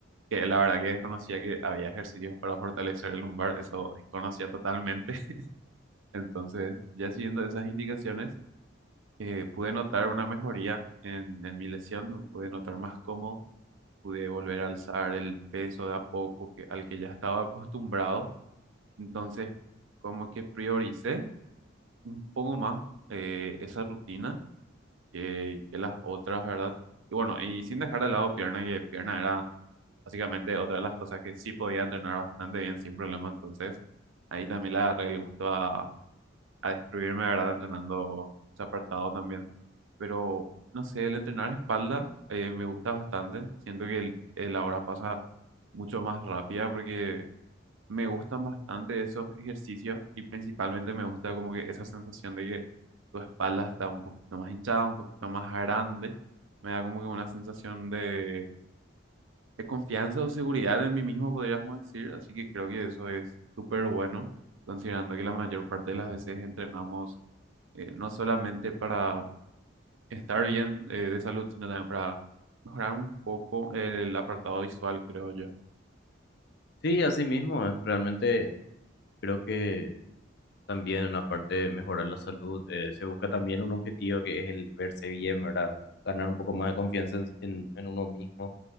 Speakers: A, on the right (about 85°); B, on the left (about 55°).
A: que la verdad que desconocía que había ejercicios para fortalecer el lumbar, eso desconocía totalmente. <laughs> Entonces, ya siguiendo esas indicaciones, eh, pude notar una mejoría en, en mi lesión, me pude notar más cómodo, pude volver a alzar el peso de a poco que, al que ya estaba acostumbrado. Entonces, como que prioricé un poco más eh, esa rutina que, que las otras, ¿verdad? Y bueno, y sin dejar de lado pierna, que pierna era básicamente otra de las cosas que sí podía entrenar bastante bien sin problema, entonces ahí también le agarré el gusto a, a destruirme, ¿verdad? Entrenando ese apartado también, pero no sé, el entrenar espalda eh, me gusta bastante, siento que el, el la hora pasa mucho más rápida porque me gustan bastante esos ejercicios y principalmente me gusta como que esa sensación de que tu espalda está un poquito más hinchada, un poquito más grande. Me da como que una sensación de, de confianza o seguridad en mí mismo, podríamos decir. Así que creo que eso es súper bueno, considerando que la mayor parte de las veces entrenamos eh, no solamente para estar bien eh, de salud, sino también para mejorar un poco el apartado visual, creo yo.
B: Sí, así mismo, es- realmente creo que también, aparte de mejorar la salud, eh, se busca también un objetivo que es el verse bien, ¿verdad? Ganar un poco más de confianza en en- en uno mismo.